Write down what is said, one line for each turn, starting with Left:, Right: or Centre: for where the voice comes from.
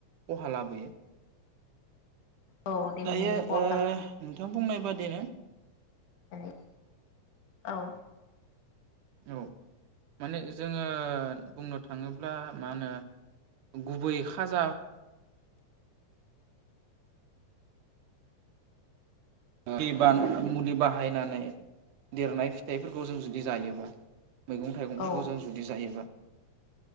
Right: खहा लाबोयो
Left: औ देहानि
Right: दायो
Left: खहा
Right: ओ नोंथां बुंनाय बाद <unintelligible>
Left: ओइ औ
Right: औ माने जोङो बुंनो थाङोब्ला मा होनो गुबै खाजा दै बान मुलि बाहायनानै देरनाय फिथाइफोरखौ जों जुदि जायोबा मैगं थाइगंफोरखौ
Left: औ
Right: जों जुदि जायोबा